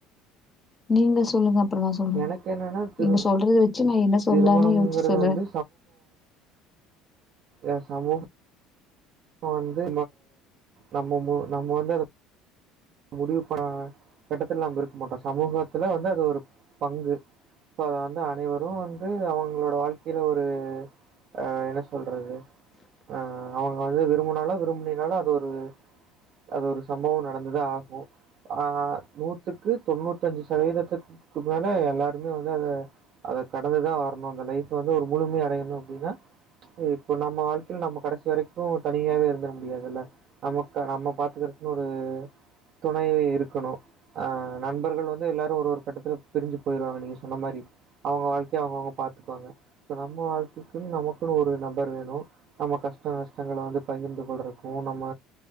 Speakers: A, on the left; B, on the right.
A: நீங்க சொல்லுங்க அப்றோ நா சொல்றே
B: எனக்கு என்னன்னா திரு
A: நீங்க சொல்றது வச்சு நா என்ன சொல்லன்னு
B: திருமணம்ங்கிறது
A: யோச்சு சொல்றே
B: வந்து ஏ சம்மூக ஆ வந்து நம்ம நம்ம வந்து முடிவு பன கட்டத்துல நம்ம இருக்க மாட்டோ சமூகத்துல வந்து அது ஒரு பங்கு சோ அத வந்து அனைவரு வந்து அவங்களோட வாழ்க்கையில ஒரு ஆ என்ன சொல்றது ஆ அவ்ங்க வந்து விரும்பினாலு விரும்பினினாலும் அது ஒரு அது ஒரு சம்பவம் நடந்தது ஆ நூத்துக்கு தொண்ணூத்தி அஞ்சு சதவீதத்துக்கு மேல எல்லாருமே வந்து அத அத கடந்துதான் வரணு அந்த லைஃப் வந்து ஒரு முழும அடையணும் அப்டின்னா இப்ப நம்ம வாழ்க்கையில நம்ம கடைசி வரைக்கு தனியாவே இருந்துட முடியாதுல்ல நம்ம நம்ம பாத்துக்கறக்குன்னு ஒரு துணை இருக்கணு ஆ நண்பர்கள் வந்து எல்லாரும் ஒரு ஒரு கட்டத்தில் பிரிஞ்சு போயிடுவாங்க நீங்கள் சொன்ன மாரி அவங்க வாழ்க்கையை அவங்கவுங்க பாத்துக்குவாங்க ஸோ நம்ம வாழ்க்கைக்குன்னு நமக்குன்னு ஒரு நபர் வேணு நம்ம கஷ்ட நஷ்டங்களை வந்து பகிர்ந்து கொள்றதுக்கும் நம்ம